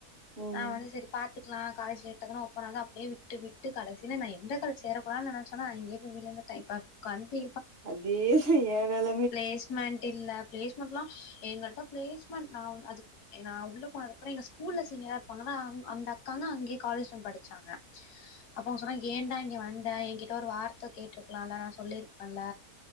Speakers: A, on the right; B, on the left.
A: ம்
B: நா வந்து சேரி பாத்துக்கலா. காலேஜ் லேட்டதனோ போனாத அப்டியே விட்டு விட்டு கடசியில நான் எந்த காலேஜ் சேர போறேன் நனச்சொன்னா அங்கே விழுந்தட்டே இப்ப கண்டி
A: அதே ஏ வேல
B: ப்ளேஸ்மெண்ட் இல்ல பளேஸ் மென்டலா எங்களிட்ட பிளேஸ்மெண்ட் நா அது நான் உள்ள போனது அப்புறம் எங்க ஸ்கூல்ல சீனியரா இருப்பாங்கல்ல அந்த அக்காங்க அங்கே காலேஜ் உம் படிச்சாங்க அப்ப அவங்க சொன்னா ஏன்டா இங்க வந்த எங்கிட்ட ஒரு வார்த்த கேட்டுருக்கலாம்ல நா சொல்லிருப்பேன்ல